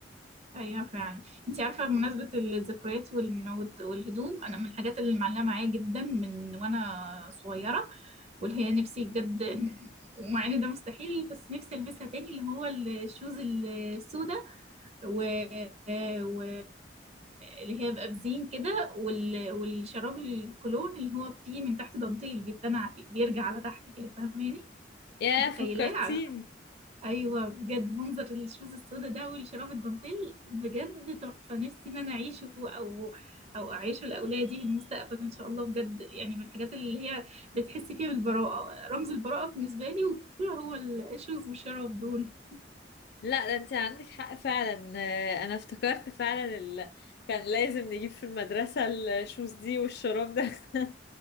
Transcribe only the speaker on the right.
ايوه فعلا انت عارفه بمناسبه الذكريات والن- والت- والهدوم انا من الحاجات اللي معلقه معايا جدا من وانا صغيره واللي هي نفسي بجد ومع ان ده مستحيل بس نفسي البسها تاني اللي هو الشوز السوداء و... و... اللي هي بقى بزين كده وال... والشراب الكولون اللي هو فيه من تحت دانتيل بيتنع بيرجع على تحت كده فاهماني
متخيلاه
ايوه بجد منظر الشوز السودا ده والشراب الدانتيل بجد تحفه نفسي ان انا اعيشه او او اعيشه لاولادي في المستقبل ان شاء الله بجد يعني من الحاجات اللي هي بتحسي فيها بالبراءه رمز البراءه بالنسبه لي والطفوله هو الشوز والشراب دول